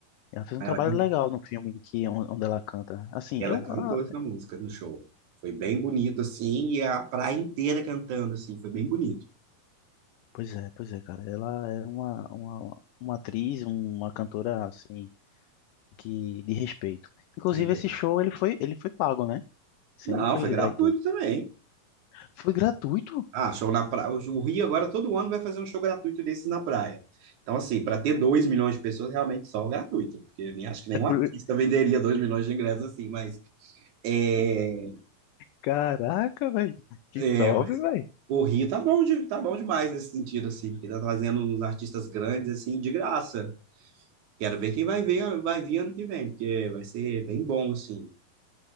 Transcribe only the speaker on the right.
Aí
ela
Ela
cantou
essa música no show. Foi bem bonito, assim, e a praia inteira cantando, assim, foi bem bonito.
<laughs>
Não,
foi gratuito
também.
Ah, show na praia. O Rio agora todo ano vai fazer um show gratuito desses na praia. Então, assim, para ter 2 milhões de pessoas, realmente só o gratuito, porque nem acho que nenhum
artista venderia 2 milhões de ingressos assim, mas é,
é,
o Rio tá bom, de, tá bom demais nesse sentido, assim, porque tá trazendo uns artistas grandes, assim, de graça. Quero ver quem vai ver, vai vir ano que vem, porque vai ser bem bom, assim.